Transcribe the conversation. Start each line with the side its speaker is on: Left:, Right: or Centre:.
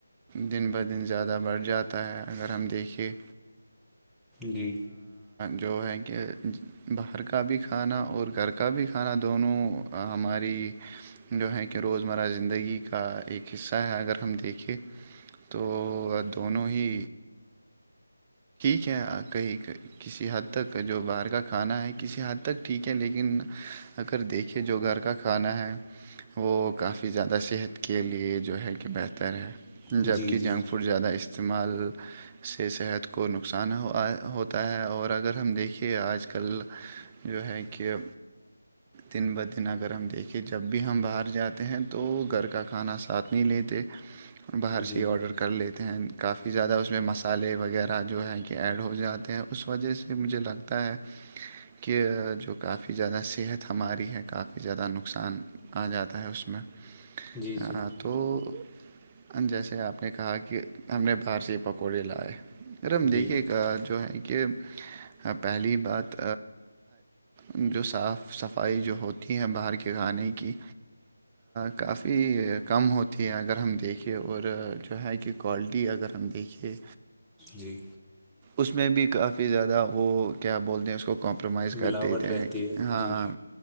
Right: دن ب دن زیادہ بڑھ جاتا ہے اگر ہم دیکھیے
Centre: جی
Right: جو ہے کہ باہر کا بھی کھانا اور گھر کا بھی کھانا دونوں ہماری جو ہے کہ روزمرہ زندگی کا ایک حصہ ہے اگر ہم دیکھیں تو دونوں ہی کیا کہ کسی حد تک جو باہر کا کھانا ہے کسی حد تک ٹھیک ہے لیکن اگر دیکھے جو گھر کا کھانا ہے وہ کافی زیادہ صحت کے لیے جو ہے کہ بہتر ہے
Centre: جی
Right: جبکہ
Centre: جی
Right: جنک فوڈ زیادہ استعمال سے صحت کو نقہ نقصان ہو ہوتا ہے اور اگر ہم دیکھے آج کل جو ہے کہ دن بہدن اگر ہم دیکھیں جب بھی ہم باہر جاتے ہیں تو گھر کا کھانا ساتھ نہیں لیتے باہر
Centre: جی
Right: سے ہی آڈر کر لیتے ہیں کافی زیادہ اس میں مسالے وغیرہ جو ہے کہ ایڈ ہو جاتے ہیں اس وجہ سے مجھے لگتا ہے کہ جو کافی زیادہ صحت ہماری ہے کافی زیادہ نقصان آ جاتا ہے اس میں <unintelligible>
Centre: جی جی
Right: تو جیسے آپ نے کہا کہ ہم نے باہر سے پکوڑے لائے ار ہم دیکھیے
Centre: جی
Right: جو ہے کہ پہلی بات جو صاف صفائی جو ہوتی ہے باہر کے کھانے کی کافی کم ہوتی ہے اگر ہم دیکھھیے اور جو ہے کہ کوالٹی اگر ہم دیکھے
Centre: جی
Right: اس میں بھی کافی زیادہ وہ کیا بولتے ہیں اس کو کام کمپرومائز کر
Centre: ملاوٹ
Right: دیتے
Centre: رہتی
Right: ہیں کہ
Centre: ہے
Right: ہاں
Centre: جی